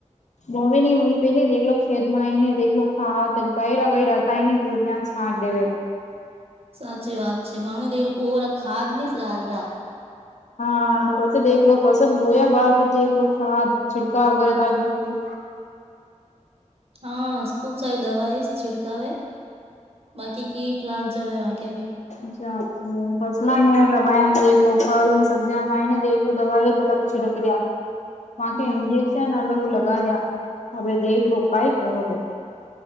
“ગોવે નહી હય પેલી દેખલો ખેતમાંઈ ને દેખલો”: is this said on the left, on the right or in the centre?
Left